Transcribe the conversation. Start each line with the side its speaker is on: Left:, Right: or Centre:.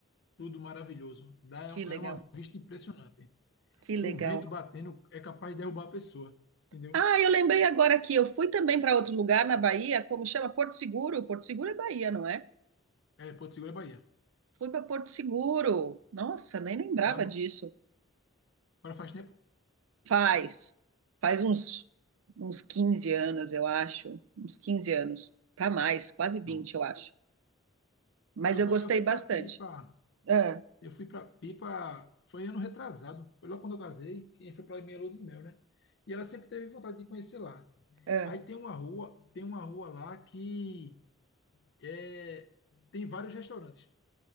Left: tudo maravilhoso. Dá-
Right: Que legal,
Left: Era uma vista impressionante.
Right: que legal.
Left: O vento batendo é capaz de derrubar a pessoa, entendeu?
Right: Ah, eu lembrei agora aqui, eu fui também para outro lugar na Bahia, como chama? Porto Seguro. Porto Seguro é Bahia, não é?
Left: É Porto Seguro é Bahia.
Right: Fui para Porto Seguro. Nossa, nem lembrava
Left: Na,
Right: disso.
Left: para faz tempo?
Right: Faz, faz uns, uns 15 anos, eu acho. Uns 15 anos, para mais, quase 20,
Left: Pronto.
Right: eu acho. Mas
Left: Eu
Right: eu
Left: fui,
Right: gostei
Left: eu fui
Right: bastante.
Left: para Pipa.
Right: É,
Left: Eu fui para Pipa, foi ano retrasado. Foi logo quando eu casei, que foi para minha lua de mel, né? E ela sempre teve vontade de conhecer lá.
Right: é,
Left: Aí tem uma rua, tem uma rua lá que é, tem vários restaurantes.